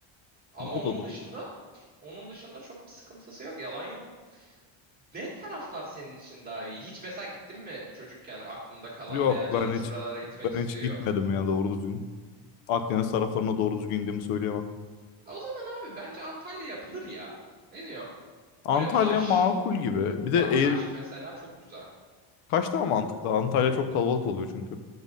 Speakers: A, on the right; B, on the left.
A: Ama
B: o
A: onun
B: da doğru.
A: dışında onun dışında çok bir sıkıntısı yok. Yalan yok. Ne taraflar senin için daha iyi? Hiç mesela gittin mi çocukken aklında kalan
B: Yok
A: veya canım
B: ben hiç
A: şuralara gitmek
B: ben
A: istiyor.
B: hiç gitmedim ya doğru düzgün. Akdeniz taraflarına doğru düzgün indiğimi söyleyemem.
A: O zaman abi bence Antalya yapılır ya. Ne diyorsun?
B: Antalya
A: Böyle Kaş.
B: makul gibi. Bir de
A: Bak
B: eğer
A: Kaş mesela çok güzel.
B: kaç daha mantıklı? Antalya çok kalabalık oluyor çünkü.